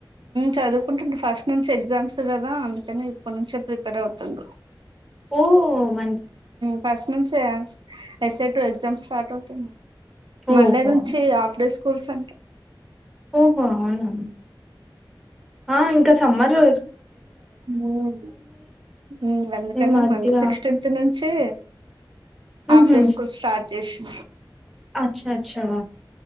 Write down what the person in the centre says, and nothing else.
ఓ మ
ఓహో!
ఓహో అవునా ఆ‌ ఇంకా సమ్మరూ
ఈ మధ్య
హుహు
చ్చ అచ్చహ